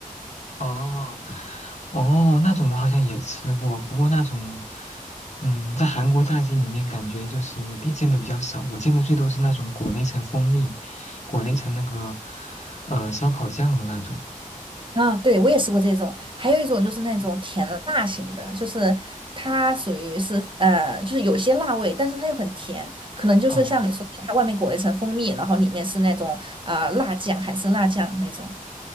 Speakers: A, on the left (about 50°); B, on the right (about 35°).
A: 哦，哦，那种我好像也吃过，不过那种，嗯，在韩国炸鸡里面感觉就是比见的比较少，我见的最多是那种裹了一层蜂蜜，裹了一层那个呃烧烤酱的那种。
B: 啊，对，我也吃过这种，还有一种就是那种甜辣型的，就是它属于是呃，就是有些辣味，但是它又很甜，可能就是像你说的，
A: 哦
B: 它外面裹了一层蜂蜜，然后里面是那种啊、呃辣酱，韩式辣酱那种。